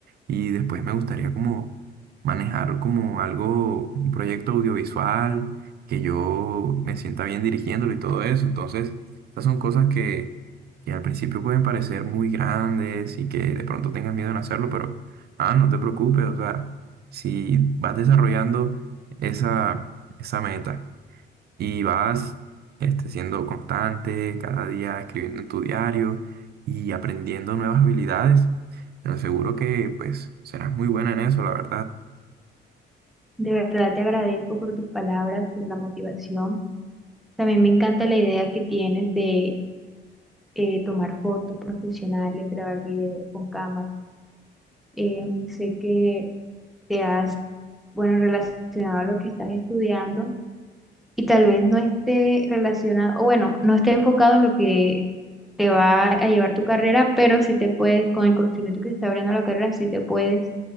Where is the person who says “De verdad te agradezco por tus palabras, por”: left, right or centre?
Centre